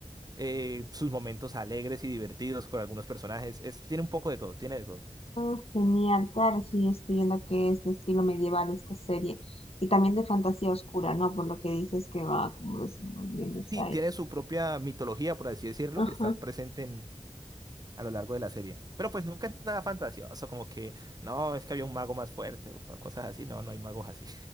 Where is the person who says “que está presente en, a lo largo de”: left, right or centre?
Right